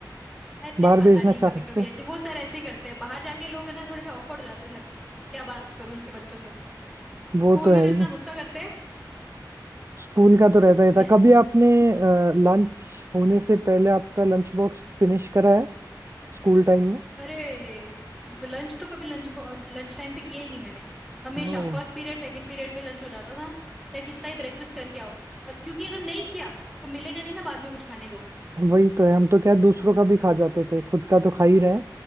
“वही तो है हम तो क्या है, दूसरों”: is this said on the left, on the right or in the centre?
Right